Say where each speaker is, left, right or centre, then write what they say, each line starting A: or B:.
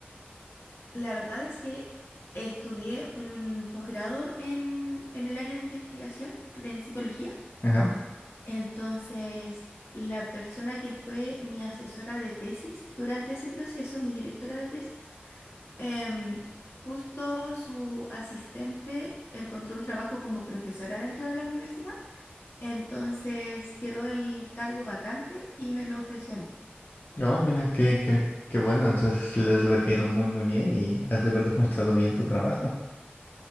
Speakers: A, on the left; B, on the left.
A: La verdad es que estudié un posgrado en, en el área de investigación de- en psicología.
B: Ajá.
A: Entonces, la persona que fue mi asesora de tesis durante ese proceso, mi directora de tesis, em, justo su asistente encontró un trabajo como profesora dentro de la universidad. Entonces, quedó el cargo vacante y me lo ofreció a mí.
B: Oh, mira, qué, qué, qué bueno. Entonces les has de haber caído muy, muy bien y has de haber <laughs> demostrado bien tu trabajo.